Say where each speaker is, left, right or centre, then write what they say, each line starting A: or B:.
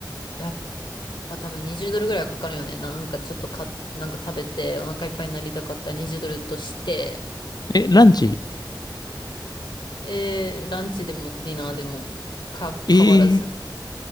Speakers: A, on the left (about 70°); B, on the left (about 55°).
A: やっまあ多分20ドルぐらいはかかるよね。なんかちょっとか、なんか食べてお腹いっぱいになりたかったら20ドルとして、
B: え、ランチ
A: えー、ランチでもディナーでもか、
B: ええー、
A: 変わらず。